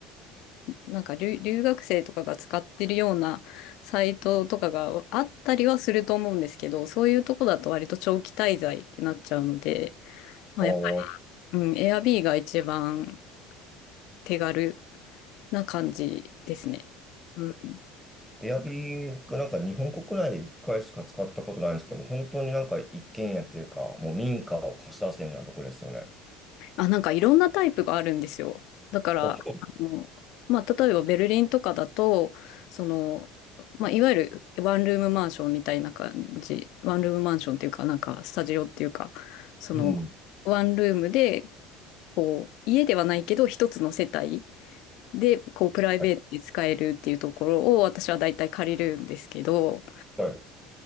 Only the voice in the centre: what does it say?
ああ。
エアビーがなんか日本国内で1回しか使ったことないんですけども、本当になんか一軒家っていうか、もう民家を貸し出すみたいなところですよね。あ、
そ
う。うん。
はい。